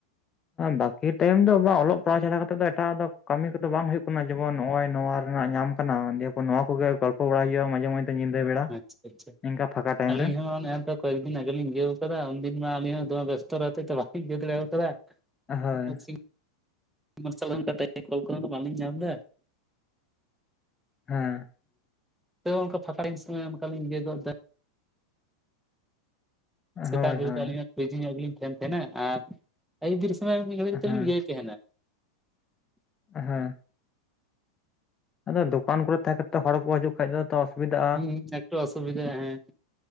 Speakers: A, on the left; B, in the centre.
A: ᱵᱟᱹᱠᱤ ᱴᱟᱭᱤᱢ ᱫᱚ ᱵᱟ ᱚᱞᱚᱜ ᱯᱟᱲᱦᱟᱣ ᱪᱷᱟᱰᱟ ᱠᱟᱛᱮᱫ ᱫᱚ ᱮᱴᱟᱜᱟᱜ ᱫᱚ ᱠᱟᱹᱢᱤ ᱠᱚᱫᱚ ᱵᱟᱝ ᱦᱩᱭᱩᱜ ᱠᱟᱱᱟ ᱡᱮᱢᱚᱱ ᱱᱚᱜᱼᱚᱭ ᱱᱚᱣᱟ ᱨᱮᱱᱟᱜ ᱧᱟᱢ ᱠᱟᱱᱟ ᱫᱤᱭᱮ ᱯᱚᱨ ᱱᱚᱣᱟ ᱠᱚᱜᱮ ᱜᱚᱞᱯᱚ ᱵᱟᱲᱟᱭ ᱦᱩᱭᱩᱜᱭᱼᱟ ᱢᱟᱡᱷᱮ ᱢᱳᱭᱫᱦᱮ ᱧᱤᱫᱟᱹ ᱵᱮᱲᱟ
B: ᱟᱪᱪᱷᱟ ᱟᱪᱪᱷᱟ
A: ᱤᱱᱠᱟ ᱯᱷᱟᱸᱠᱟ ᱴᱟᱭᱤᱢ ᱨᱮ
B: <unintelligible> ᱠᱚᱭᱮᱠ ᱫᱤᱱ ᱟᱜᱮᱞᱤᱧ ᱤᱭᱟᱹᱣ ᱠᱟᱫᱟ ᱩᱱᱫᱤᱱ ᱢᱟ ᱟᱹᱞᱤᱧ ᱦᱚᱸ ᱫᱚᱢᱮ ᱵᱮᱥᱛᱚᱨᱮ ᱦᱚᱛᱮᱛᱮ ᱵᱟᱞᱤᱧ ᱤᱭᱟᱹ ᱫᱟᱲᱮᱣ ᱠᱟᱫᱟ᱾ <unintelligible>
A: ᱦᱳᱭ
B: ᱢᱟᱨᱥᱚᱞ ᱮᱢ ᱠᱟᱛᱮ ᱠᱚᱞ ᱠᱚᱦᱚᱸ ᱵᱟᱞᱤᱧ ᱧᱟᱢ ᱫᱟ
A: ᱦᱮᱸ᱾
B: ᱛᱚ ᱚᱱᱠᱟ ᱯᱷᱟᱠᱟᱲᱤᱱ <unintelligible> ᱥᱚᱢᱚᱭ ᱚᱱᱠᱟ ᱞᱤᱧ ᱤᱭᱟᱹ ᱜᱚᱫ ᱫᱟ᱾ ᱥᱮᱛᱟᱜ
A: ᱦᱳᱭ
B: ᱵᱮᱨ
A: ᱦᱳᱭ
B: ᱫᱚ ᱟᱹᱞᱤᱧ ᱦᱚᱸ ᱵᱤᱡᱤ ᱧᱚᱜ ᱜᱮᱞᱤᱧ ᱛᱟᱦᱮᱸᱱ ᱛᱟᱦᱮᱸᱱᱟ ᱟᱨ ᱟᱹᱭᱩᱵ ᱵᱮᱨ ᱥᱚᱢᱚᱭ ᱢᱤᱫ ᱜᱷᱟᱹᱲᱤ ᱠᱟᱛᱮᱫ
A: ᱦᱮᱸ
B: ᱞᱤᱧ ᱤᱭᱟᱹ ᱛᱟᱦᱮᱱᱟ᱾
A: ᱚᱦᱚᱸ ᱟᱫᱚ ᱫᱚᱠᱟᱱ ᱠᱚᱨᱮ ᱛᱟᱦᱮᱸ ᱠᱟᱛᱮᱫ ᱦᱚᱲ ᱠᱚ ᱦᱤᱡᱩᱜ ᱠᱷᱟᱡᱽ ᱫᱚ᱾ ᱛᱚ ᱚᱥᱩᱵᱤᱫᱷᱟ
B: ᱦᱮᱸ ᱮᱠᱴᱩ ᱚᱥᱩᱵᱤᱫᱟᱜ ᱦᱮᱸ